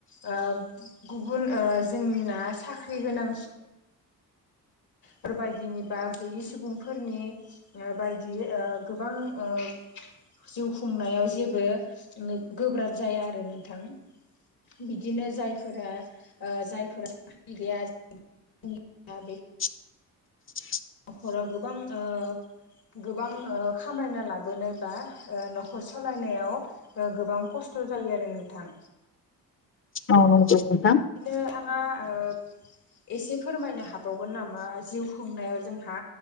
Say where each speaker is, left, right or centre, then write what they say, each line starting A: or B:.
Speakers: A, on the left; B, on the left.
A: ओ गुबुन ओ जोंना साख्रि गोनां सु फोरबायदिनि बा गैयि सुबुंफोरनि न्यो बायदि ओ गोबां ओ जिउ खुंनायाव जेबो उम गोब्राब जाया आरो नोंथां बिदिनो जायफोरा ओ जायफोरा साख्रि गैया <unintelligible>
B: <unintelligible>
A: नखराव गोबां ओ गोबां ओ खामायना लाबोनाय बा ओ न'खर सालायनायाव ओ गोबां खस्थ' जायो आरो नोंथां।
B: औ नोंगौ नोंथां।
A: बिदिनो आङा ओ एसे फोरमायनो हाबावगोन नामा जिउ खुंनायाव जोंहा